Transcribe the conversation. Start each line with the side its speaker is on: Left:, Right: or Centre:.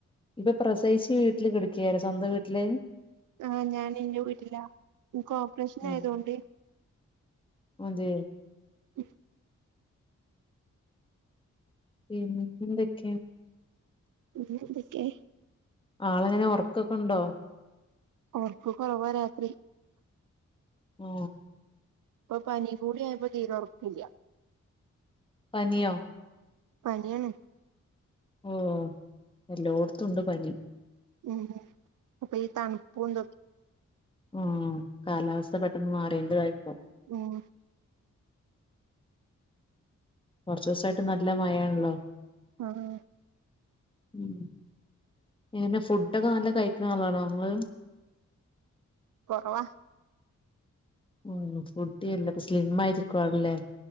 Left: ഇപ്പ പ്രസവിച്ച് വീട്ടില് കിടക്കേക്കാരം സ്വന്തം വീട്ടില്
Right: ആഹ് ഞാൻ ഇന്റെ വീട്ടിലാ. ഇൻക്ക് ഓപ്റേഷൻ
Left: ഉം
Right: ആയതോണ്ട്
Left: അതെ
Right: ഉഹ്
Left: പീ ന്നെ എന്തൊക്ക്യാ?
Right: പിന്നെന്തൊക്കെ
Left: ആളെങ്ങനെ ഒറക്കൊക്കണ്ടോ?
Right: ഓർക്ക് കൊറവാ രാത്രി.
Left: മ്
Right: ഇപ്പൊ പനി കൂടി ആയപ്പൊ തീരൊറക്കില്ല.
Left: പനിയോ.
Right: പനിയാണ്.
Left: ഉം ഇപ്പെല്ലോട്ത്തുണ്ട് പനി
Right: ഉം അപ്പൊ ഈ തൺപ്പും തൊക്കെ
Left: ഊം കാലാവസ്ഥ പെട്ടെന്ന് മാറിയേൻ്റതായിക്കും
Right: ഉം
Left: കൊർച്ചൂസായിട്ട് നല്ല മഴേണല്ലോ
Right: ആഹ്
Left: ഉ എങ്ങനെ ഫുഡൊക്കെ നല്ല കഴിക് ണ ആളാണോ ങ്ങള്?
Right: കൊറവാ.
Left: ഉം ഫുഡി അല്ല പ്പൊ സ്ലിം ആയിരിക്കു ആള് ല്ലേ?